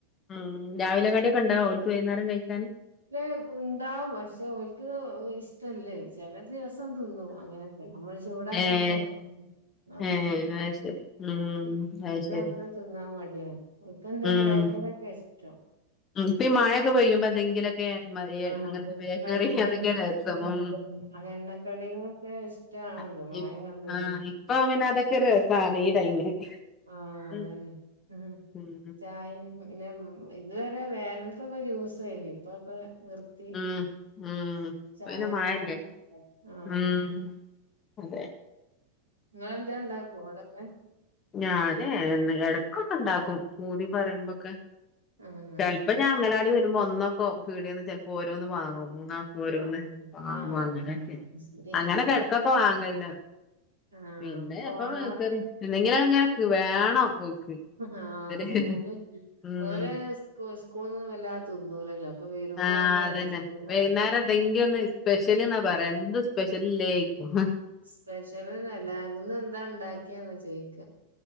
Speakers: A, on the left; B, on the right.
A: ഉം രാവിലെ കടിയൊക്കെണ്ടാവോ അവർക്ക് വൈകുന്നേരം കഴിക്കാന്
B: അല്ല ഉണ്ടാവും പക്ഷെ ഒർക്ക് ഇഷ്ടല്ലേ ചില ദിവസം തിന്നു അങ്ങനെയൊക്കെ നമ്മള് ചൂടാക്കി
A: ഏഹ്
B: കൊടുക്കും എന്നാ
A: ഏഹ്
B: തിന്നും
A: അത് ശരി ഉം
B: അത്
A: ശരി
B: അങ്ങനെ തിന്നാൻ മടിയാണ് ഓക്ക് എന്തേലും
A: ഉം
B: ബേക്കറിയാണ് ഇഷ്ടം
A: ഉം ഇപ്പ മഴക്കെ പെയ്യുമ്പോക്ക എന്തെങ്കിലൊക്കെ മറിയൻ
B: ആഹ്
A: അങ്ങനത്തെ ബേക്കറി
B: അതെ കടികൾ
A: അതൊക്കെ രസം മ്
B: ആ എണ്ണക്കടികളൊക്കെ ഇഷ്ടാണല്ലോ
A: ആ
B: മഴങ്ങ
A: ഇപ്
B: പെയ്യും
A: ആ ഇപ്പൊ അതൊക്കെ രസമാണ് ഈ ടൈമില്
B: ആ അതന്നെ
A: ഉം
B: ഉ
A: ഉം
B: ചായയും പിന്നെ ഇതുവരെ വേനക്കൊക്കെ ജ്യൂസ്സായിന് ഇപ്പൊക്കെ നിർത്തി
A: ഉം ഉം
B: ചായമ്മക്കെ
A: പിന്നെ മഴല്ലേ
B: ആഹ്
A: ഉം അതെ
B: നിങ്ങൾ എന്താ ഇണ്ടാക്കുവേ അവിടക്കെ
A: ഞാനേ എന്ന ഇടക്കൊക്കെ ഉണ്ടാക്കും പൂതി പറയുമ്പോക്കെ
B: ആഹ്
A: ചിലപ്പോ ഞാൻ അംഗനവാടി വരുമ്പോ ഒന്നൊക്കോ പീടിന്ന് ചിലപ്പോ ഓരോന്ന് വാങ്ങും മൂന്നാംക്ക് ഓരോന്ന്
B: ആഹ്
A: വാങ്ങും
B: ആഹ്
A: അങ്ങനെയൊക്കെ
B: ശരി
A: അങ്ങനെക്കെ ഇടക്കൊക്കെ വാങ്ങണ്ട്
B: ആഹ്
A: പിന്നെ
B: പോണ
A: അപ്പ കേറി എന്തെങ്കിലും അങ്ങനെക്ക് വേണം ഓൽക്ക്
B: ആ അതന്നെ
A: ഒര് ഉം
B: ഓലെ സ് സ്കൂൾ നിന്നും വല്ലാ തിന്നൂലല്ലോ അപ്പൊ വരുമ്പോ
A: ആഹ്
B: അല്ല
A: അതന്നെ
B: സ്കുളിൽ
A: വൈകുന്നേരം എന്തെങ്കിലും ഒന്ന് സ്പെഷ്യല്ന്നാ പറയാ എന്ത് സ്പെഷ്യലില്ലേക്കും
B: സ്പെഷ്യൽന്നല്ല ഇന്ന് എന്താ ഇണ്ടാക്കിയെന്ന ചോദിക്ക